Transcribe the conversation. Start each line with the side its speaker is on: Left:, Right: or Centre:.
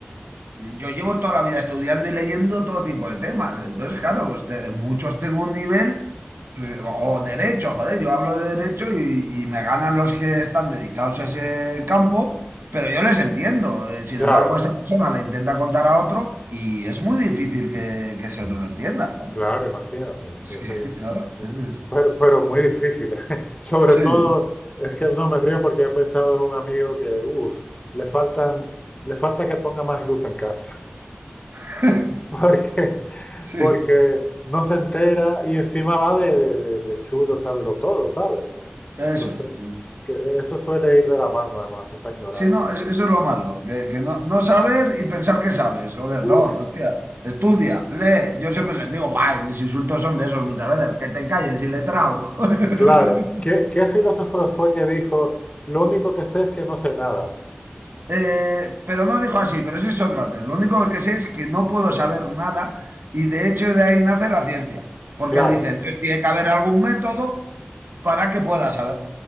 Right: yo llevo toda la vida estudiando y leyendo todo tipo de temas. Entonces, claro, pues te- muchos tengo un nivel, pues, o derecho, joder, yo hablo de derecho y, y me ganan los que están dedicados a ese campo, pero yo les entiendo. Eh, Sin
Left: claro.
Right: embargo, esa persona le intenta contar a otro y es muy difícil que, que ese otro lo entienda, ¿verdad?
Left: Claro, imagínate.
Right: Es
Left: eso
Right: que, <laughs>
Left: es-
Right: claro. es-
Left: pero, pero muy difícil. <laughs> Sobre
Right: Sí,
Left: todo, es que no me río porque he pensado en un amigo que, uff, le faltan, le falta que ponga más luz en casa. <laughs>
Right: <laughs>
Left: Porque,
Right: sí,
Left: porque no se entera y encima va de, de, de- de chulo, sábelo todo, ¿sabes?
Right: eso
Left: Entonces,
Right: es. sí.
Left: que eso suele ir de la mano además, esa ignorancia.
Right: Sí, no, es- eso es lo malo, que, que no, no saber y pensar que sabes, joder,
Left: Uf,
Right: no, hostia, estudia, lee. Yo siempre les digo, bye, mis insultos son de esos muchas veces, que te calles y letrao. <laughs> Joder.
Left: claro. ¿Qué, qué filósofo fue que dijo, lo único que sé es que no sé nada?
Right: Eh, pero no dijo así, pero ese es Sócrates. Lo único que sé es que no puedo saber nada y de hecho de ahí nace la ciencia, porque
Left: Claro.
Right: él dice, entonces tiene que haber algún método para que pueda saber.